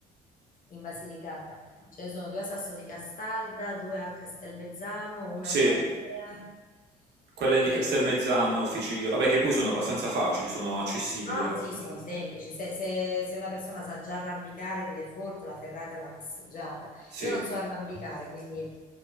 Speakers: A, on the left (about 45°); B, on the right (about 55°).
A: in Basilicata. Ce ne sono due a Sasso di Castalda, due a Castelmezzano, una
B: sì,
A: a Maratea.
B: quelle di
A: E
B: Castelmezzano, Ficino, vabbè, che poi sono abbastanza facili, sono accessibili
A: No,
B: alla
A: no,
B: fin
A: sì, sono
B: fine.
A: semplici. Se, se- se una persona sa già arrampicare di default, la ferrata è una passeggiata.
B: Sì.
A: Io non so arrampicare, quindi